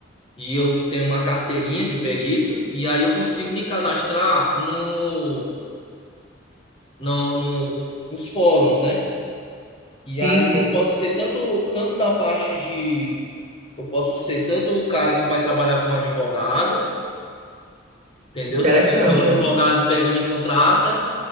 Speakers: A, on the left; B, on the right.
A: e eu tenho uma carteirinha de perito. E aí eu consigo me cadastrar no, no, no, nos fóruns, né? E
B: Sim,
A: aí
B: sim.
A: eu posso ser tanto, tanto da parte Eu posso ser tanto o cara que vai trabalhar com um advogado, entendeu?
B: Interessante,
A: Se o advogado
B: ó.
A: pega, me contrata